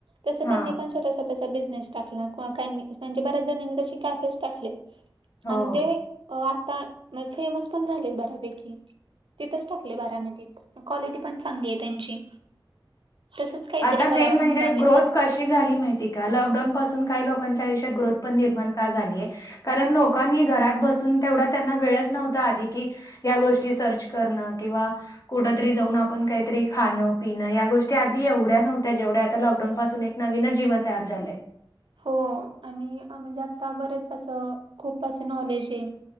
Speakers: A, on the right; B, on the left.
A: तस
B: हा
A: त्यांनी पण छोटासा तसा बिझनेस टाकला, किंवा म्हणजे बऱ्याच जणांनी तसे कॅफेच टाकले.
B: हो
A: आणि ते अ आता फेमस पण झालेत बऱ्यापैकी, तिथच टाक बारामतीत, क्वालिटी पण चांगलीय त्यांची. तसच काहीतरी
B: आता मेन
A: करावं
B: म्हणजे
A: म्हणतो आम्ही
B: ग्रोथ
A: पण.
B: कशी झाली माहितीय का लॉकडाऊन पासून काही लोकांच्या आयुष्यात ग्रोथ पण निर्माण का झालीय कारण लोकांनी घरात बसून तेवढा त्यांना वेळच नव्हता आधी की या गोष्टी सर्च करणं किंवा कुठतरी जाऊन आपण काहीतरी खाणं पिणं या गोष्टी की एवढ्या नव्हत्या जेवढ्या आता लॉकडाउन पासून एक नवीनच जीवन तयार झालंय.
A: हो आणि म म्हणजे आता बरेच असं खूप असं नॉलेज आहे.